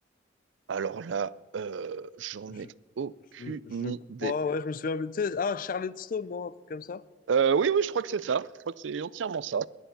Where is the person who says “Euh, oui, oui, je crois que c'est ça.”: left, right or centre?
Right